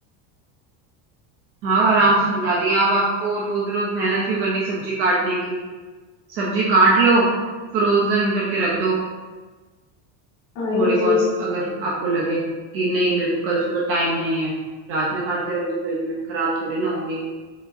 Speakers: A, on the right; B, on the left.
A: हाँ आराम से सजा दिए अब आपको रोज रोज मेहनत क्यों करनी सब्जी काटने की सब्जी काट लो फ्रोजन करके रख दो
B: हाँ ये
A: थोड़ी बहुत
B: चीज
A: अगर आपको लगे कि नहीं मेरे को कल सुबह टाइम नहीं है रात में काट के रख दो फ्रिज में खराब थोड़ी ना होंगी